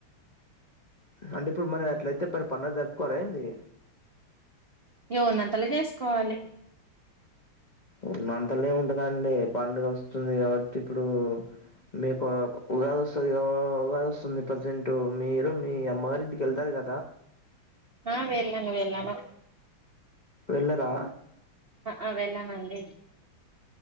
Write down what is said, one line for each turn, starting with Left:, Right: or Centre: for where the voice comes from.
Left: అంటే ఇప్పుడు మరి అట్లయితే మరి పండగ జరిగ్ క్క రెంది
Right: ఏవున్నంతల జేసుకోవాలి
Left: ఉన్న అంతలే ఉంటదండి పండుగ వస్తుంది కాబట్టి ఇప్పుడు రెప ఆ ఉగాది వస్తుందిగా ఉగాది వస్తుంది ప్రజెంట్ మీరు మీ అమ్మగారు ఇంటికి వెళ్తారు గ
Right: ఆ వెేళ్లాను వెేళ్లాను
Left: వెళ్ళరా
Right: ఆ ఆ వెళ్ళానండి